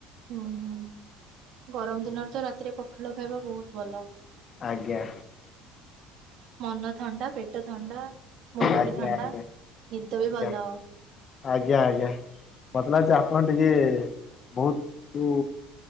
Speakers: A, on the right; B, on the left.
A: ହୁଁ ହୁଁ ଗରମ୍ ଦିନରେ ତ ରାତିରେ ପଖାଳ ଖାଇବା ବୋହୁତ୍ ଭଲ।
B: ଆଜ୍ଞା।
A: ମନ ଥଣ୍ଡା ପେଟ ଥଣ୍ଡା ମୁଣ୍ଡ
B: ଆଜ୍ଞା
A: ବି ଥଣ୍ଡା
B: ଆଜ୍ଞା
A: ନିଦ
B: ଆଜ୍ଞା।
A: ବି ଭଲ।
B: ଆଜ୍ଞା ଆଜ୍ଞା ମତେ ଲାଗୁଛି ଆପଣ ଟିକେ ବୋହୁତୁ